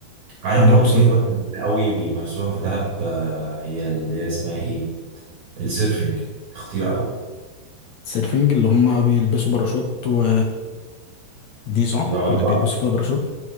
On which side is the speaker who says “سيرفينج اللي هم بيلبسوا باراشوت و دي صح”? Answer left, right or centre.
Left